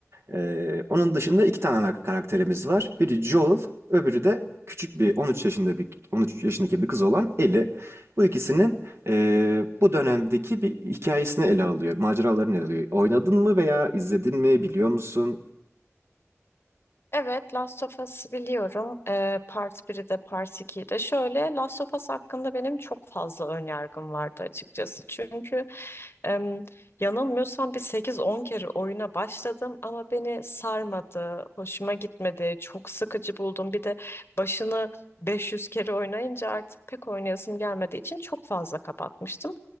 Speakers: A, on the right; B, on the left.
A: Ee, onun dışında iki tane ana karakterimiz var. Biri Joel, öbürü de küçük bir 13 yaşında bir 13 yaşındaki bir kız olan Ellie. Bu ikisinin ee, bu dönemdeki bir hikayesini ele alıyor, maceralarını ele alıyor. Oynadın mı veya izledin mi, biliyor musun?
B: Evet, Last of Us'ı biliyorum. Ee, Part biri de Part 2'yi de. Şöyle, Last of Us hakkında benim çok fazla önyargım vardı açıkçası. Çünkü em, yanılmıyorsam bir sekiz on kere oyuna başladım ama beni sarmadı, hoşuma gitmedi, çok sıkıcı buldum. Bir de başını 500 kere oynayınca artık pek oynayasım gelmediği için çok fazla kapatmıştım.